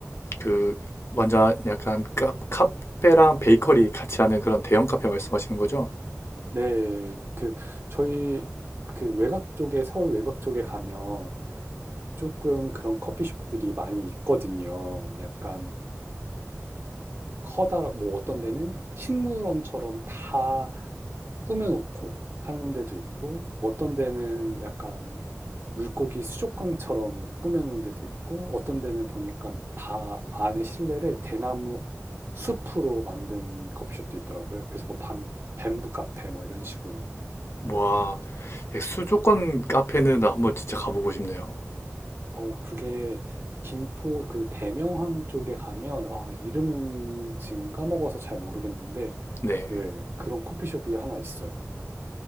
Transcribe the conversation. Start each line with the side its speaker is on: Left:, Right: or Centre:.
Left: 그 먼저 약간 카, 카페랑 베이커리 같이 하는 그런 대형 카페 말씀하시는 거죠?
Right: 네, 그 저희 그 외곽 쪽에 서울 외곽 쪽에 가면 조금 그런 커피숍들이 많이 있거든요. 약간 커다랗고 뭐 어떤 데는 식물원처럼 다 꾸며 놓고 하는 데도 있고 어떤 데는 약간 물고기 수족관처럼 꾸며 놓은 데도 있고 어떤 데는 보니까 다 안에 실내를 대나무 숲으로 만든 커피숍도 있더라고요. 그래서 뭐 밤 뱀부 카페 뭐 이런 식으로.
Left: 와, 예, 수도권 카페는 한번 진짜 가보고 싶네요.
Right: 어, 그게 김포 그 대명항 쪽에 가면, 아, 이름은 지금 까먹어서 잘 모르겠는데,
Left: 네.
Right: 네, 그런 커피숍이 하나 있어요.